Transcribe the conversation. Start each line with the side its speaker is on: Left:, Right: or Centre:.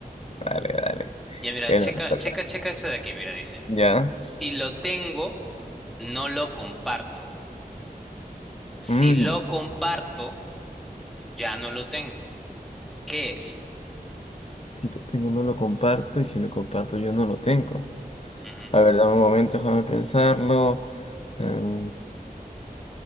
Left: Dale, dale.
Centre: Ya mira,
Left: Te
Centre: checa,
Left: lo toca.
Centre: checa, checa esta de aquí, mira, dice.
Left: Ya.
Centre: Si lo tengo, no lo comparto. Si
Left: Mm.
Centre: lo comparto, ya no lo tengo. ¿Qué es?
Left: Si lo tengo, no lo comparto. Y si lo comparto, yo no lo tengo.
Centre: Ujú.
Left: A ver, dame un momento, déjame pensarlo. Mm,